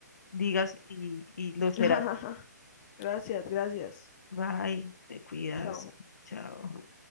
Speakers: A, on the left; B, on the left.
A: digas y, y lo serás.
B: <laughs> Gracias, gracias.
A: Bye, te cuidas.
B: Chao.
A: Chao.